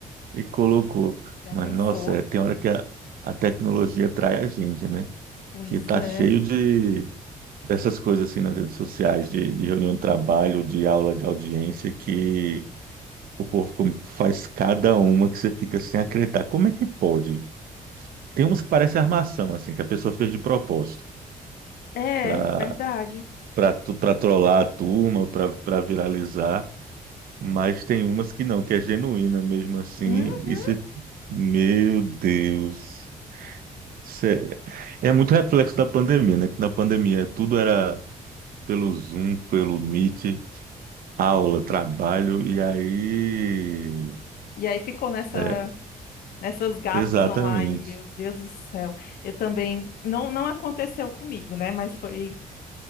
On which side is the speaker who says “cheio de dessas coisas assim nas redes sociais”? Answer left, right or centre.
Right